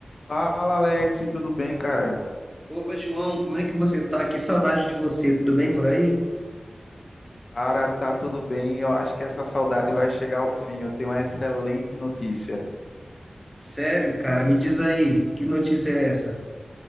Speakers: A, on the left; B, in the centre.
A: Fala, Alex, tudo bem, cara?
B: Opa, João, como é que você tá? Que saudade de você. Tudo bem por aí?
A: Cara, tá tudo bem. Eu acho que essa saudade vai chegar ao fim. Eu tenho uma excelente notícia.
B: Sério, cara, me diz aí, que notícia é essa?